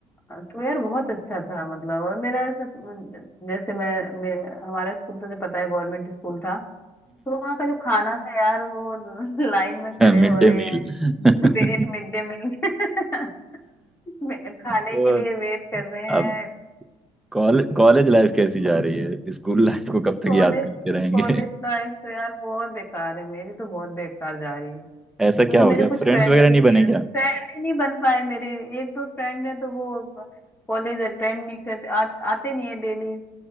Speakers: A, on the left (about 15°); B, in the centre.
A: तो यार बहुत अच्छा था मतलब और मेरा ऐसा जैसे मैं, मैं हमारा स्कूल तो जो पता है गवर्नमेंट स्कूल था तो वहाँ का जो खाना था यार वो <laughs> लाइन में खड़े
B: मिड
A: हो रहे
B: डे मील
A: हैं
B: <laughs>
A: <laughs> वेट मिड डे मील <laughs> खाने
B: तो
A: के लिए वेट कर रहे
B: अब
A: हैं
B: कॉलेज कॉलेज लाइफ कैसी जा रही है स्कूल लाइफ को कब तक
A: कॉलेज
B: याद करते रहेंगे
A: कॉलेज लाइफ तो यार बहुत बेकार है मेरी तो बहुत बेकार जा रही है
B: <laughs>
A: क्योंकि
B: ऐसा क्या हो
A: मेरे
B: गया
A: कुछ
B: फ्रेंड्स
A: फ्रेंड्स
B: वगैरह
A: भी
B: नहीं
A: नहीं
B: बने
A: फ्रेंड ही नहीं बन पाए मेरे एक दो फ्रेंड है तो वो कॉलेज अटेंड नहीं करते आ, आते नहीं है डेली